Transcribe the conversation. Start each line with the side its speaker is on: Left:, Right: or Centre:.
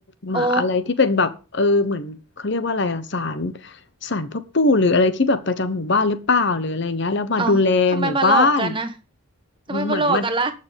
Left: หมาอะไรที่เป็นแบบเออเหมือนเขาเรียกว่าอะไรอะศาล
Right: อ๋อ
Left: ศาลพ่อปู่หรืออะไรที่แบบประจำหมู่บ้านหรือเปล่าหรืออะไรเงี้ยแล้วมาดูแลหมู่บ้าน
Right: เอ้าทำไมมาหลอกกันนะทำไมมาหลอกกันล่ะ
Left: เหมือนมัน